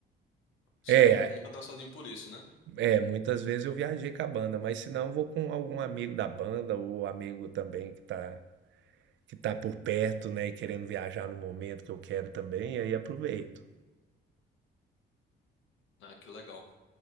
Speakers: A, on the left; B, on the right.
A: você
B: É,
A: nu- nunca tá sozinho por isso, né?
B: é, muitas vezes eu viajei com a banda, mas se não, eu vou com algum amigo da banda ou amigo também que tá que tá por perto, né, e querendo viajar no momento que eu quero também, e aí aproveito.
A: Ah, que legal.